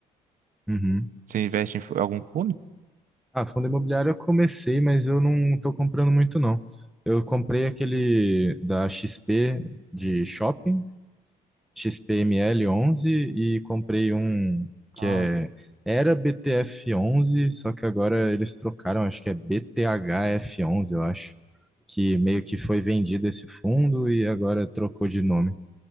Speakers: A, in the centre; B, on the right.
A: Uhum.
B: você investe em fu- algum fundo?
A: Ah, fundo imobiliário eu comecei, mas eu não tô comprando muito não. Eu comprei aquele da XP de shopping. XPML11 e comprei um que
B: Ah,
A: é era BTF11, só que agora eles trocaram, acho que é BTHF11, eu acho, que meio que foi vendido esse fundo e agora trocou de nome.